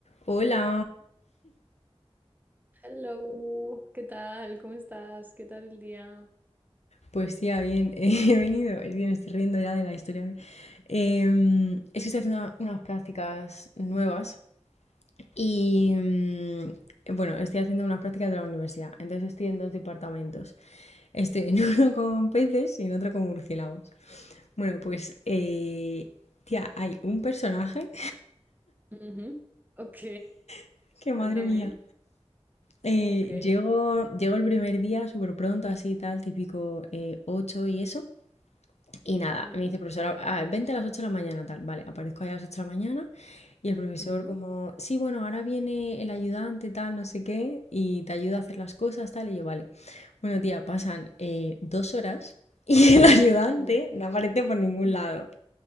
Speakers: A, on the left (about 85°); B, on the right (about 15°).
A: Hola,
B: Hello, ¿qué tal? ¿Cómo estás? ¿Qué tal el día?
A: pues ya bien, <laughs> eh, he venido, es que me estoy riendo ya de la historia. Em, es que estoy haciendo una- unas prácticas nuevas y mm, bueno, estoy haciendo unas prácticas de la universidad, entonces estoy en dos departamentos. Estoy en <laughs> uno con peces y en otro con murciélagos. Bueno, pues eh, tía, hay un personaje
B: Ujú, Ok,
A: <laughs> que
B: cuéntame.
A: madre mía. Eh,
B: Ok.
A: llego, llego el primer día súper pronto, así tal, típico eh, 8 y eso. Y nada,
B: ujú,
A: me dice, profesora, "Ah, vente a las 8 de la mañana, tal. Vale, aparezco ahí a las 8 de la mañana y el profesor
B: ujú,
A: como, sí, bueno, ahora viene el ayudante, tal, no sé qué, y te ayuda a hacer las cosas, tal. Y yo, vale. Bueno, tía, pasan eh, dos horas y el <laughs> ayudante
B: ujú.
A: no aparece por ningún
B: <laughs>
A: lado.